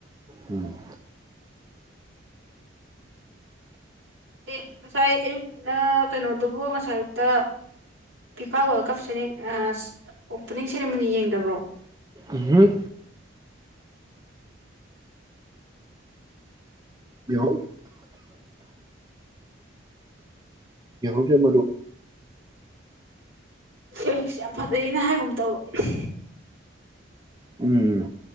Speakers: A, on the right; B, on the right.
A: ꯎꯝ
B: ꯑꯦ ꯉꯁꯥꯏ ꯑꯌꯨꯛꯅ ꯀꯩꯅꯣꯗꯨꯕꯨ ꯉꯁꯥꯏ ꯑꯌꯨꯛꯇ ꯐꯤꯐꯥ ꯋꯥꯔꯜ ꯀꯞ ꯁꯦꯔꯦꯡ ꯑꯣꯄꯅꯤꯡ ꯁꯦꯔꯦꯃꯣꯅꯤ ꯌꯦꯡꯗꯕ꯭ꯔꯣ
A: ꯎꯝꯍꯨꯝ ꯌꯥꯍꯧ ꯌꯦꯡꯍꯧꯗ꯭ꯔꯦ ꯃꯔꯨꯞ
B: ꯏꯪꯂꯤꯁ ꯌꯥꯝ ꯐꯖꯩꯩꯅ ꯍꯥꯏꯒꯨꯝ ꯇꯧꯕ
A: ꯎꯝ